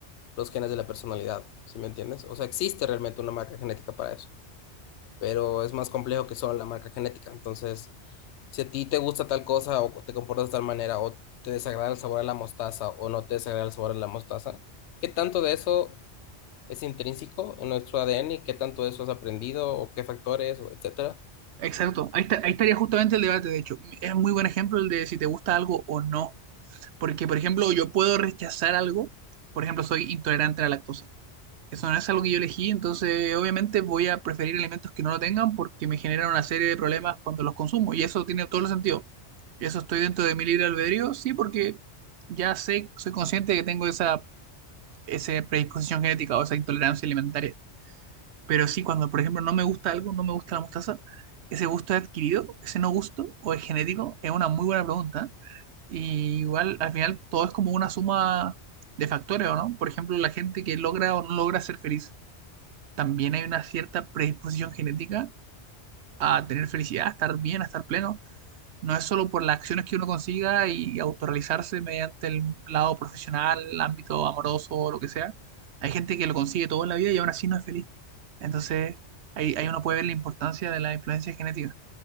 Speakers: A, on the left (about 75°); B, on the right (about 75°).
A: los genes de la personalidad, ¿sí me entiendes? O sea, existe realmente una marca genética para eso, pero es más complejo que solo la marca genética, entonces si a ti te gusta tal cosa o te comportas de tal manera o te desagrada el sabor de la mostaza o no te desagrada el sabor de la mostaza, ¿qué tanto de eso es intrínseco en nuestro ADN y qué tanto de eso has aprendido o qué factores, o etcétera?
B: Exacto, ahí, está- ahí estaría justamente el debate, de hecho. Es muy buen ejemplo el de si te gusta algo o no. Porque, por ejemplo, yo puedo rechazar algo. Por ejemplo, soy intolerante a la lactosa. Eso no es algo que yo elegí, entonces obviamente voy a preferir alimentos que no lo tengan porque me generan una serie de problemas cuando los consumo. Y eso tiene todo el sentido. ¿Eso estoy dentro de mi libre albedrío? Sí, porque ya sé, soy consciente de que tengo esa, esa predisposición genética o esa intolerancia alimentaria. Pero sí, cuando, por ejemplo, no me gusta algo, no me gusta la mostaza, ¿ese gusto es adquirido? ¿Ese no gusto? ¿O es genético? Es una muy buena pregunta. Y igual, al final, todo es como una suma de factores, ¿o no? Por ejemplo, la gente que logra o no logra ser feliz, también hay una cierta predisposición genética a tener felicidad, a estar bien, a estar pleno. No es solo por las acciones que uno consiga y autorrealizarse mediante el lado profesional, el ámbito amoroso o lo que sea. Hay gente que lo consigue todo en la vida y aún así no es feliz. Entonces, ahí, ahí uno puede ver la importancia de la influencia genética,